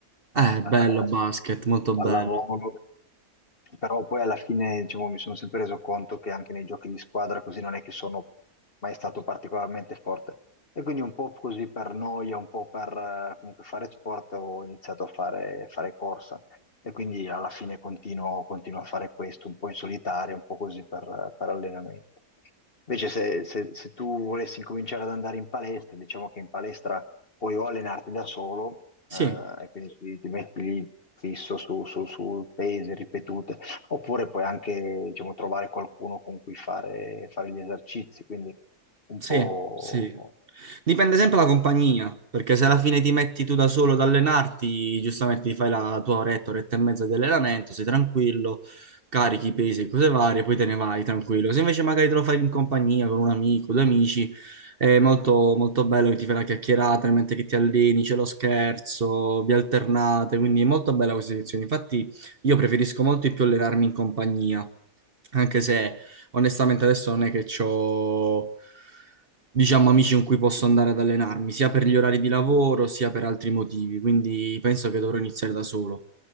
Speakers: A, on the right (about 40°); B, on the left (about 40°).
A: Eh,
B: eh,
A: bello basket, molto
B: pallavolo.
A: bello.
B: Però poi alla fine, diciamo, mi sono sempre reso conto che anche nei giochi di squadra così non è che sono mai stato particolarmente forte. E quindi un po' così per noia, un po' per eh, comunque fare sport, ho iniziato a fare, fare corsa e quindi alla fine continuo, continuo a fare questo, un po' in solitaria, un po' così per, per allenamento. Invece se, se- se tu volessi incominciare ad andare in palestra, diciamo che in palestra puoi o allenarti da solo,
A: Sì,
B: eh, e quindi ti, ti metti lì fisso su, su, su pesi ripetute, oppure puoi anche, diciamo, trovare qualcuno con cui fare, fare gli esercizi, quindi un
A: Sì,
B: po'
A: sì. Dipende sempre dalla compagnia, perché se alla fine ti metti tu da solo ad allenarti, giustamente ti fai la tua oretta, oretta e mezza di allenamento, sei tranquillo, carichi i pesi e cose varie, poi te ne vai tranquillo. Se invece magari te lo fai in compagnia con un amico, due amici, è molto, molto bello che ti fai la chiacchierata, mentre che ti alleni, c'è lo scherzo, vi alternate, quindi è molto bella questa edizione. Infatti io preferisco molto di più allenarmi in compagnia anche se onestamente adesso non è che ho, diciamo, amici con cui posso andare ad allenarmi, sia per gli orari di lavoro,
B: Mm.
A: sia per altri motivi, quindi penso che dovrò iniziare da solo.